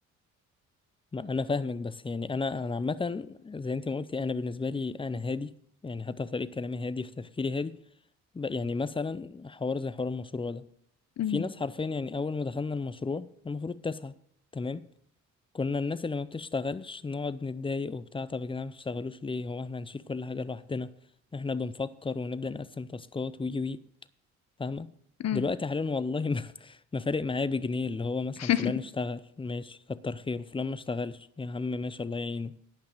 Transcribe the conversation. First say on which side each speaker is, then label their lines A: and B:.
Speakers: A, on the left (about 20°); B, on the left (about 60°).
A: ما انا فاهمك بس يعني انا انا عامه زي انت ما قلتي انا بالنسبه لي انا هادي يعني حتى في طريقه كلامي هادي في تفكيري هادي ب- يعني مثلا حوار زي حوار المشروع ده
B: مم.
A: في ناس حرفيا يعني اول ما دخلنا المشروع المفروض تسعة تمام كنا الناس اللي ما بتشتغلش نقعد نتضايق وبتاع طب يا جدعان ما بتشتغلوش ليه هو احنا هنشيل كل حاجه لوحدنا احنا بنفكر ونبدا نقسم تاسكات وي وي فاهمة
B: مم.
A: دلوقتي حاليا والله ما, <laughs> ما فارق معايا بجنيه اللي هو مثلا
B: <laughs>
A: فلان اشتغل ماشي كتر خيره فلان ما اشتغلش يا عم ماشي الله يعينه